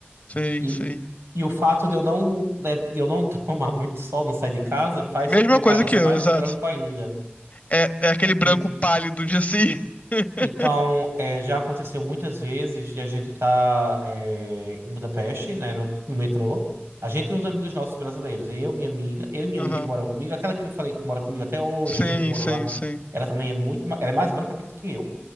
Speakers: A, on the left (about 30°); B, on the right (about 70°).
A: sim,
B: E,
A: sim.
B: e o fato de eu não, le- de eu não <laughs> tomar muito sol, não sair de casa, faz
A: Mesma
B: com que eu
A: coisa
B: pareça
A: que eu,
B: mais
A: exato.
B: branco ainda.
A: É, é aquele branco
B: E-
A: pálido de assim. <laughs>
B: Então, é, já aconteceu muitas vezes de a gente estar em Budapeste, né, no, no metrô. A gente e uns amigos nossos brasileiros, eu, minha amiga, eu e minha
A: Aham.
B: amiga que moram comigo, aquela que eu falei que mora comigo até hoje,
A: Sim,
B: que a gente morou
A: sim,
B: lá,
A: sim.
B: ela também é muito, ma- ela é mais branca até do que eu.